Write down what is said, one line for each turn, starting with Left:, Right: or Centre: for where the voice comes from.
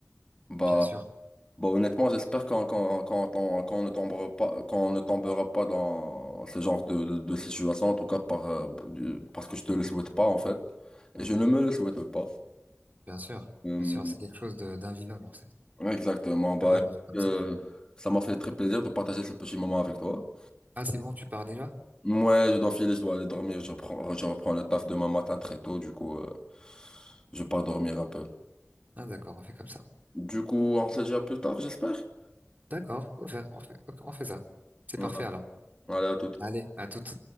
Left: Bah,
Right: bien sûr,
Left: Bon, honnêtement, j'espère qu'on qu'on, qu'on, qu'on- qu'on ne tombera pas, qu'on ne tombera pas dans ce genre de, de, de situation, en tout cas par, euh, du- parce que je te le souhaite pas, en fait. Et je ne me le souhaite pas.
Right: bien sûr,
Left: Euh,
Right: bien sûr, c'est quelque chose de- d'invivable, en fait. Je
Left: exactement. Bah,
Right: peux pas vivre comme
Left: euh,
Right: ça.
Left: ça m'a fait très plaisir de partager ce petit moment avec toi.
Right: Ah, c'est bon, tu pars déjà?
Left: ouais je dois filer, je dois aller dormir. Je reprends, je reprends le taf demain matin très tôt, du coup, euh, je pars dormir un peu.
Right: Ah, d'accord, on fait comme ça.
Left: Du coup, on se dit à plus tard, j'espère.
Right: D'accord, on fait, on fait, on fait ça. C'est
Left: Voilà.
Right: parfait alors.
Left: Allez, à toute.
Right: Allez, à toute.